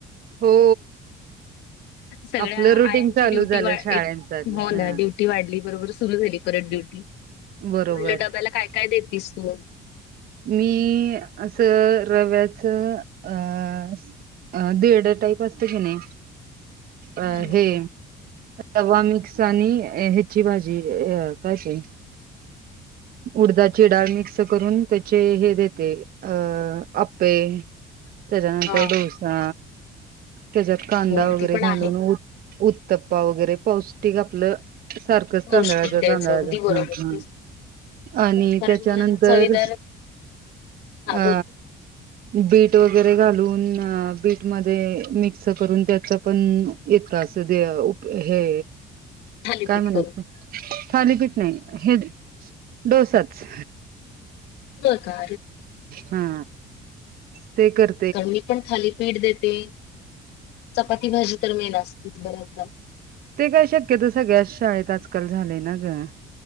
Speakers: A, on the right (about 60°); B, on the left (about 85°).
A: हो.
B: सगळ्या
A: आपलं रुटीन
B: आयांची
A: चालू
B: ड्युटी
A: झालं
B: वाढ,
A: शाळेंचालं
B: एक हो
A: हा
B: ना ड्युटी वाढली बरोबर. सुरू झाली परत ड्युटी, म्
A: बरोबर
B: म्हणलं डब्याला काय काय देतीस तू?
A: मी असं रव्याचं अ अ दीरड टाईप असते कि, नाही
B: हम्म
A: अ
B: हम्म हम्म
A: हे रवा मिक्स आणि ह्याची भाजी अ काय ते उडदाची डाळ मिक्स करून, त्याचे हे देते. अह आप्पे त्याच्यानंतर
B: हा
A: डोसा, त्याच्यात कांदा
B: हो
A: वगैरे
B: ते पण
A: घालून
B: आहे
A: उ उत्तप्पा वगैरे, पौष्टिक आपलं सारखंच
B: पौष्टिक
A: तांदळाचं
B: द्यायचं
A: तांदळाचं
B: अगदी बरोबर
A: ह ह
B: तेच ना.
A: आणि
B: कारण
A: त्याच्यानंतर
B: मुलांना चवीदार हा
A: अ
B: बोल
A: बीट वगैरे घालून, बीट मध्ये मिक्स करून त्याच पण इतका असं देप हे
B: <unintelligible>
A: काय म्हणायचं,
B: करून
A: थालीपीठ नाही, हे डोसाच.
B: हो का?
A: हा ते कर
B: मी पण थाली पीठ देते. चपाती -भाजी तर मेन असतेच बऱ्याचदा.
A: ते काय शक्यतो, सगळ्याच शाळेत आजकाल झालेय ना गं.